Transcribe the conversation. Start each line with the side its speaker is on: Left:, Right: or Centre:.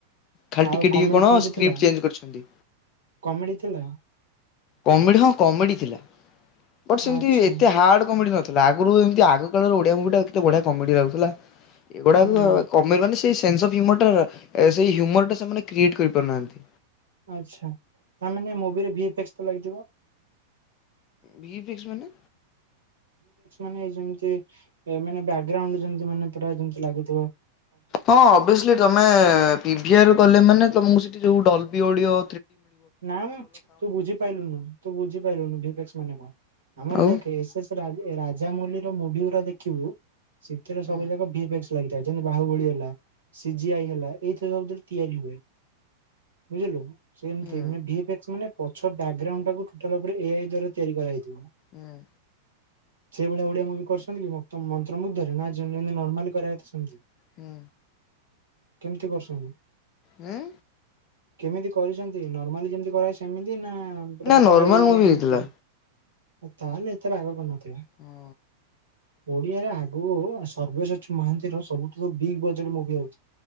Left: ଖାଲି
Right: ଆଉ
Left: ଟିକେ
Right: କମେଡି
Left: ଟିକେ କଣ
Right: ଫମେଡି
Left: ସ୍କ୍ରିପ୍ଟ
Right: ଥିଲା
Left: ଚେଞ୍ଜ କରିଚନ୍ତି।
Right: କମେଡି ଥିଲା
Left: କମେଡି ହଁ କମେଡି ଥିଲା ବଟ୍ ସେମତି
Right: ଆଚ୍ଛା
Left: ଏତେ ହାର୍ଡ କମେଡି ନଥିଲା ଆଗରୁ ଆଗ କାଳର ଓଡିଆ ମୁଭି ଟା କେତେ ବଢିଆ କମେଡି ରହୁଥିଲା ଏଗୁଡା
Right: ହଁ
Left: କମେଡି ମାନେ ସେ ସେନ୍ ଅଫ ହ୍ୟୁମର ଟା ସେ ହୁମର ଟା ସେମାନେ କ୍ରିଏଟ କରିପାରୁନାହାନ୍ତି।
Right: ଆଛା ତାମାନେ ମୁବିରେ ଭି ଏ ପେଚ ତ ଲାଗିଥିବ?
Left: ଭି ଫିକ୍ସ ମାନେ?
Right: ମାନେ ଯେମତି ମାନେ ବାକଗ୍ରାଉଣ୍ଡ ମାନେ ପ ଯେମତି ଲାଗିଥିବ।
Left: ହଁ ଅଭିସଲି ତମେ ପିଭି ଆର କୁ ଗଲେ ମାନେ ତମକୁ ସେଠି ଯୋଉ ଡଲ ବି ଅଡି
Right: ନା ମ ତୁ ବୁଝିପାରିଲୁନୁ ତୁ ବୁଝିପାଲୁନୁ ଭି ଫେକ୍ସ ମାନେ କଣ? ଆମର
Left: ଆଉ
Right: ଦେଖେ S S Raj Rajamouli ର ମୁଭି ଗୁଡା ଦେଖିବୁ ସେଥିରେ
Left: ହୁଁ
Right: ସବୁ ଯା ଭି ଫେକ୍ସ ଲାଗିଥାଏ, ଯେମିତି ବାହୁବଳି ହେଲା ସି ଜି ଆଇ ହେଲା ଏଇଥିରେ ସବୁଥିରେ ତିଆରି ହୁଏ। ବୁଝିଲୁ ସେ
Left: ହୁଁ
Right: ଭଳିଆ ଭି ଫେକ୍ସ ମାନ ପଛ ବଗ୍ରାଉଣ୍ଡ ଟୋଟାଲି ଉପରେ ଏଆଇ ଦ୍ଵାରା ତିଆରି କରାଯଇଥିବ।
Left: ହୁଁ।
Right: ସେଇଭଳିଆ ଓଡିଆ ମୁଭି କରୁଛନ୍ତି କି ମନ୍ତ୍ର ମୁୁଗ୍ଧରେ ନା ଯେତି ନର୍ମାଲି କରିବାଥା ସେମତି।
Left: ହୁଁ।
Right: କେମିତି କରୁଚନ୍ତି?
Left: ହୁଁ?
Right: କେମିତି କରିଚନ୍ତି ନର୍ମାଲି ଯେମିତି କରାଏ ସେମିତି ନା ପୁରା
Left: ନା ନର୍ମାଲ
Right: ଏ ଆଇରେ
Left: ମୁଭି
Right: ୟୁଜ
Left: ହେଇଥିଲା।
Right: କରିକି ତାହେଲେ ଏତେ ରାଗ କରୁନଥିଲା।
Left: ହଁ
Right: ଓଡିଆରେ ଆଗକୁ ସର୍ବଶଚି ମହାନ୍ତିର ସବୁଠୁ ବିଗ୍ ବଜେଟ ମୁଭି ହଉଚି।